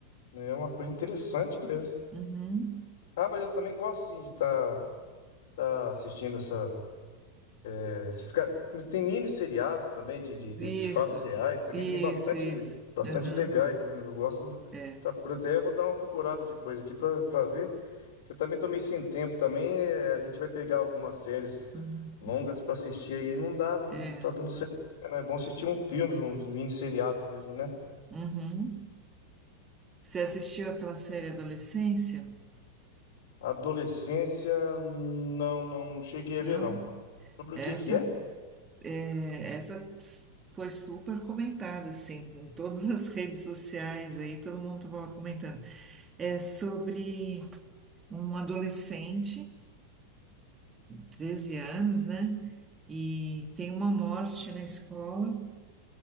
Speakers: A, on the left; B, on the right.
A: É, é uma coisa interessante mesmo.
B: Uhum.
A: Ah, mas eu também gosto sim de estar assistindo essa. Né, Esses caras, tem mini seriados também de, de, de-
B: Isso,
A: de fatos reais, também
B: isso,
A: tem bastante,
B: isso.
A: bastante
B: Aham,
A: legais. né? Eu gosto de
B: É,
A: estar procurando. Até eu vou dar uma procurada depois aqui pra pra ver. Que eu também tô meio sem tempo também. é, a gente vai pegar algumas séries
B: Uhum.
A: longas pra assistir aí. Não dá, não
B: é.
A: tá dando certo. Não é bom assistir um filmes, uns mini seriados mesmo, né?
B: Uhum. Você assistiu aquela série Adolescência?
A: Adolescência, não, não, não cheguei
B: Não?
A: a ver, não. Sobre
B: Essa,
A: o que que é?
B: é, essa foi super comentada, assim, em todas as <laughs> redes sociais aí, todo mundo estava comentando. É sobre um adolescente. treze anos, né? E tem uma morte na escola